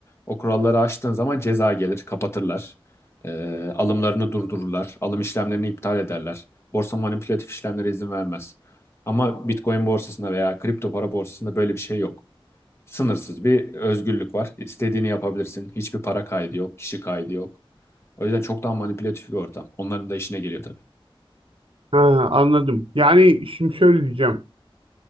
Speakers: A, on the left; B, on the right.
A: O kuralları aştığın zaman ceza gelir, kapatırlar. E, alımlarını durdururlar. Alım işlemlerini iptal ederler. Borsa manipülatif işlemlere izin vermez. Ama Bitcoin borsasında veya kripto para borsasında böyle bir şey yok. Sınırsız bir özgürlük var. İstediğini yapabilirsin. Hiçbir para kaydı yok, kişi kaydı yok. O yüzden çok daha manipülatif bir ortam. Onların da işine geliyor tabii.
B: Ha, anladım. Yani şimdi şöyle diyeceğim.